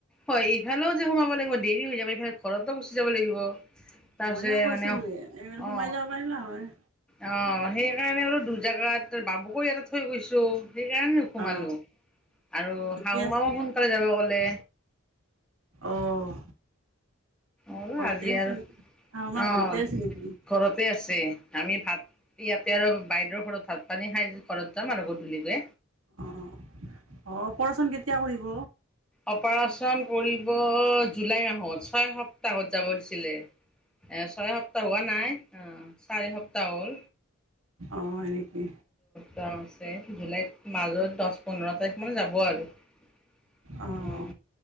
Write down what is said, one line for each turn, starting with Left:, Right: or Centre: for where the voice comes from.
Centre: হয়। ইফালেও যে সোমাব লাগিব দেৰি হৈ যাব ইফালে ঘৰতো গুচি যাব লাগিব। তাৰপিছত
Right: মই <unintelligible> কৈছিলোৱে,
Centre: মানে অ
Right: <unintelligible>
Centre: অ
Right: সোমাই যাব পাৰিলা হয়।
Centre: অ, সেইকাৰণে অলপ দূৰ জাগাত বাবুকো ইয়াতে থৈ গৈছো। সেইকাৰণে সোমালো।
Right: অ
Centre: আৰু
Right: ঠিকে
Centre: শাহুমাও
Right: আছে
Centre: সোনকালে যাব ক'লে।
Right: অ',
Centre: অল
Right: ঘৰতে
Centre: আজি
Right: আছে
Centre: আৰু
Right: নেকি? আপোনাৰ
Centre: অ,
Right: ঘৰতে আছে নেকি?
Centre: ঘৰতে আছে। আমি ভাত ইয়াতে আৰু বাইদেউৰ ঘৰত ভাত পানী খাই ঘৰত যাম আৰু গধূলিকে।
Right: অ', অ', অপাৰেচন কেতিয়া কৰিব?
Centre: অপাৰচন কৰি। কৌ জুলাই আহত, ছয় সপ্তাহত যাব দিছিলে। এ, ছয় সপ্তাহ হোৱা নাই, অ, চাৰি সপ্তাহ হ'ল।
Right: অ, হয়নেকি?
Centre: চঙছে জুলাইত, মাজত দচ পোন্ধৰ তাৰিখ মানে যাব আৰু। অ,
Right: অ',